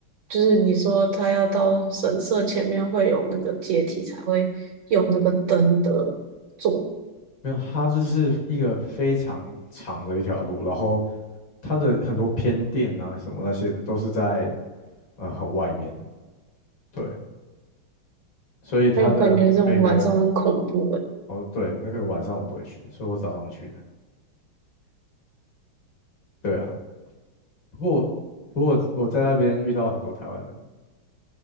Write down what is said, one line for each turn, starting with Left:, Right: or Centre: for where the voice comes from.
Right: 就是你说他要到神社前面会有那个阶梯才会有那个灯的座，
Left: 没有，它就是一个非常长的一条路，然后它的很多偏店啊什么那些的都是在呃很外面，对，所以它的每个
Right: 还有感觉这种晚上很恐怖诶。
Left: 哦对，那个晚上我不会去，所以我早上去的，对啊，不过我不过我我在那边遇到很多台湾人，